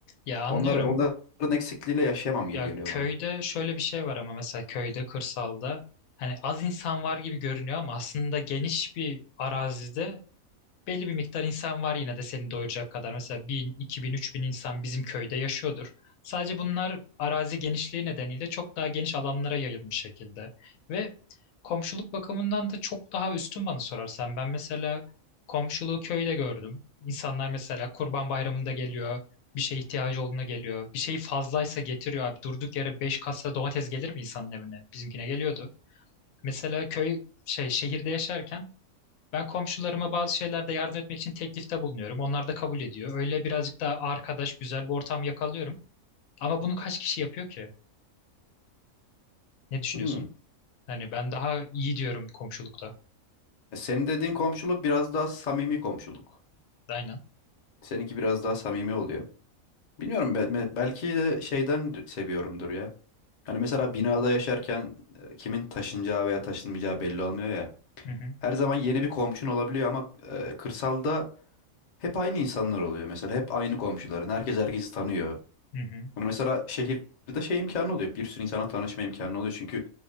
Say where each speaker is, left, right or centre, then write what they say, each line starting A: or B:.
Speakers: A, on the left; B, on the left.
A: Ya anlıyorum.
B: Onlar onların eksikliğiyle yaşayamam gibi
A: Ya
B: geliyor
A: köyde
B: bana.
A: şöyle bir şey var ama mesela köyde, kırsalda hani az insan var gibi görünüyor ama aslında geniş bir arazide belli bir miktar insan var yine de seni doyuracak kadar. Mesela 1000, 2000, 3000 insan bizim köyde yaşıyordur. Sadece bunlar arazi genişliği nedeniyle çok daha geniş alanlara yayılmış şekilde. Ve komşuluk bakımından da çok daha üstün bana sorarsan. Ben mesela komşuluğu köyde gördüm. İnsanlar mesela Kurban Bayramı'nda geliyor. Bir şeye ihtiyacı olduğunda geliyor. Bir şey fazlaysa getiriyor abi. Durduk yere 5 kasa domates gelir mi insanın evine? Bizimkine geliyordu. Mesela köy şey şehirde yaşarken ben komşularıma bazı şeylerde yardım etmek için teklifte bulunuyorum. Onlar da kabul ediyor. Öyle birazcık daha arkadaş, güzel bir ortam yakalıyorum. Ama bunu kaç kişi yapıyor ki? Ne düşünüyorsun?
B: Hmm.
A: Hani ben daha iyi diyorum komşulukta.
B: E, Senin dediğin komşuluk biraz daha samimi komşuluk.
A: Aynen.
B: Seninki biraz daha samimi oluyor. Bilmiyorum be- be- belki de şeyden d- seviyorumdur ya. Hani mesela binada yaşarken e, kimin taşınacağı veya taşınmayacağı belli olmuyor ya.
A: Hı hı,
B: Her zaman yeni bir komşun olabiliyor ama e, kırsalda hep aynı insanlar oluyor mesela. Hep aynı komşuların. Herkes herkesi tanıyor.
A: hı hı,
B: Bunu mesela şehirde şey imkanı oluyor. Bir sürü insana tanışma imkanı oluyor. Çünkü